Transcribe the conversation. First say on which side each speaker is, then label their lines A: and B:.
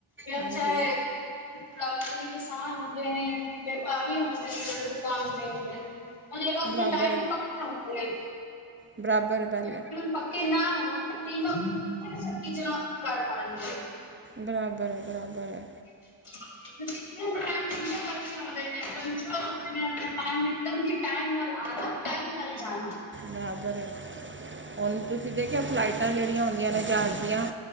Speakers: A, on the left; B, on the right.
A: ਜਾਂ
B: ਹਾਂਜੀ
A: ਚਾਏ ਜਿਹਨੇ ਕਿਸਾਨ ਹੁੰਦੇ ਨੇ, ਵਪਾਰੀ ਹੁੰਦੇ ਨੇ <unintelligible> ਹੁਣ ਇਹ ਲੋਕ ਆਪਣੇ
B: ਬਰਾਬਰ
A: ਟਾਈਮ
B: ਹੈ
A: ਦੇ ਪੱਕੇ ਹੁੰਦੇ ਆ।
B: ਬਰਾਬਰ ਪਹਿਲ
A: ਪੱਕੇ ਨਾ ਹੋਣ, ਤੇ ਇਹਨੇ ਸਭ ਚੀਜ਼ਾਂ ਕਰ ਪਾਣਗੇ।
B: ਬਰਾਬਰ ਏ ਬਰਾਬਰ ਏ।
A: <inaudible> ਨੇ ਪੰਚਲ ਹੁੰਦੇ ਨੇ ਆਪਣੇ ਟਾਈਮ ਇਕਦਮ ਕਿ ਟਾਈਮ ਨਾਲ ਆਣਾ, ਟਾਈਮ ਨਾਲ ਜਾਣਾ।
B: ਬਰਾਬਰ ਐ, ਹੁਣ ਤੁਸੀਂ ਦੇਖਿਓ ਫਲਾਈਟਾਂ ਜਿਹੜੀਆਂ ਹੁੰਦੀਆਂ ਨੇ ਜਹਾਜ਼ ਦੀਆਂ।